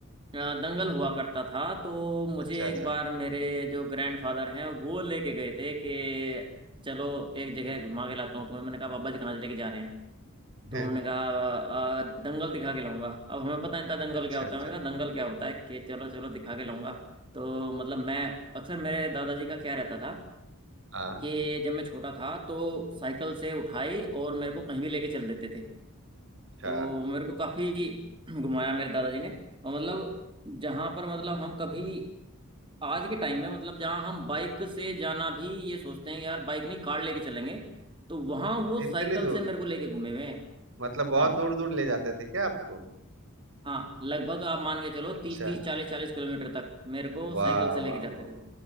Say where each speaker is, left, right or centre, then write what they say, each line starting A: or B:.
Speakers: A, on the right; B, on the right.
A: अ, दंगल हुआ करता था तो मुझे
B: अच्छा अच्छा
A: एक बार मेरे जो ग्रैंडफादर हैं वो लेके गए थे कि चलो एक जगह घुमा के लाता हूँ तुम्हें मैंने कहा बाबा जी कहाँ से लेके जा रहे हैं
B: <laughs>
A: तो उन्होंने कहा "अ, दंगल दिखा के लाऊंगा अब हमें पता नहीं था दंगल
B: अच्छा
A: क्या होता
B: अच्छा
A: है मैंने कहा दंगल क्या होता है कि चलो चलो दिखा के लाऊंगा तो मतलब मैं अक्सर मेरे दादाजी का क्या रहता था
B: हाँ
A: कि जब मैं छोटा था तो साइकिल से उठाई और मेरे को कहीं भी लेके चल देते थे
B: अच्छा
A: तो मेरे को काफी <clears throat> घुमाया मेरे दादाजी ने और मतलब जहां पर मतलब हम कभी आज के टाइम में मतलब जहाँ हम बाइक से जाना भी ये सोचते हैं यार बाइक नहीं कार लेके चलेंगे तो वहां वो
B: इतनी
A: साइकिल
B: दूर
A: से मेरे को लेके घूमे हुए हैं
B: मतलब बहुत
A: हाँ
B: दूर दूर ले जाते थे क्या आपको
A: हाँ लगभग आप मान के चलो
B: अच्छा
A: तीस तीस चालीस चालीस किलोमीटर तक मेरे को
B: वाह
A: साइकिल से लेके
B: वाह
A: जाते
B: वाह
A: थे